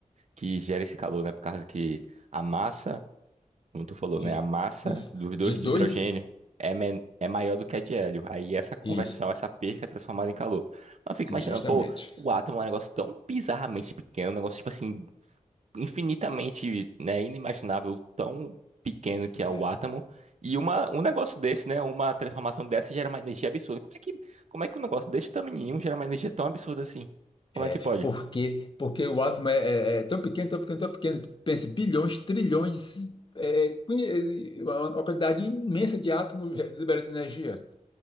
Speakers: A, on the right; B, on the left.
A: que gera esse calor, né? Por causa que a massa como tu falou, né?
B: de,
A: A massa
B: isso,
A: dos dois
B: de dois,
A: de hidrogênio é, men- é maior do que a de hélio. Aí essa conversão,
B: isso,
A: essa perca é transformada em calor. Mas eu fico imaginando,
B: justamente.
A: pô, o átomo é um negócio tão bizarramente pequeno, um negócio, tipo assim, infinitamente, né, inimaginável, tão pequeno que é
B: É,
A: o átomo. E uma, um negócio desse, né, uma transformação dessa gera uma energia absurda. Como é que, como é que um negócio desse tamanhinho gera uma energia tão absurda assim? Como
B: é,
A: é que pode?
B: porque, porque o átomo é, é- é tão pequeno, tão pequeno, tão pequeno, pense bilhões, trilhões, é, quin- é, uma uma quantidade imensa de átomos é, liberando energia.